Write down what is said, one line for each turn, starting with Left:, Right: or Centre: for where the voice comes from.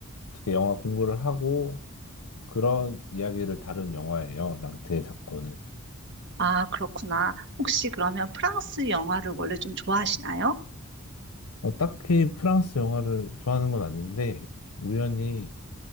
Left: 어떻게 영화 공부를 하고 그런 이야기를 다룬 영화예요. 낭태의 사건은.
Right: 아, 그렇구나. 혹시 그러면 프랑스 영화를 원래 좀 좋아하시나요?
Left: 어, 딱히 프랑스 영화를 좋아하는 건 아닌데 우연히